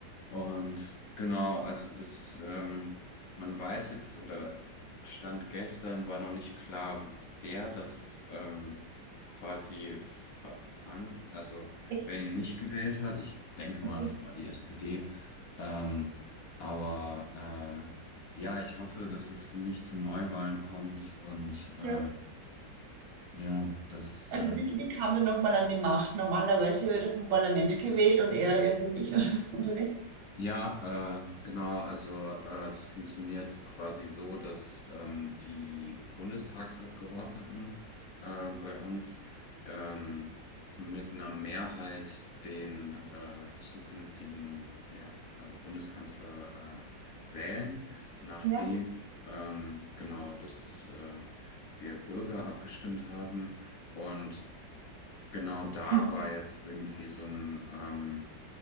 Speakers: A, on the left (about 65°); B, on the right (about 85°).
A: Und genau, also das, ähm, man weiß jetzt oder Stand gestern war noch nicht klar, wer das ähm, quasi veran, also
B: echt.
A: wer ihn nicht gewählt hat. Ich denke mal,
B: Also,
A: das war die SPD. Ähm, aber äh, ja, ich hoffe, dass es nicht zu Neuwahlen kommt und
B: ja.
A: ähm, ja, dass
B: Also
A: äh,
B: wie, wie kam der nochmal an die Macht? Normalerweise wird er vom Parlament gewählt und er irgendwie nicht, <laughs> oder, oder wie?
A: Ja, äh, genau. Also äh, das funktioniert quasi so, dass ähm, die Bundestagsabgeordneten äh, bei uns ähm, mit einer Mehrheit den äh, zukünftigen ja, äh, Bundeskanzler äh, wählen, nachdem
B: Ja.
A: ähm, genau, dass äh, wir Bürger abgestimmt haben. Und genau da
B: Mhm.
A: war jetzt irgendwie so ein ähm,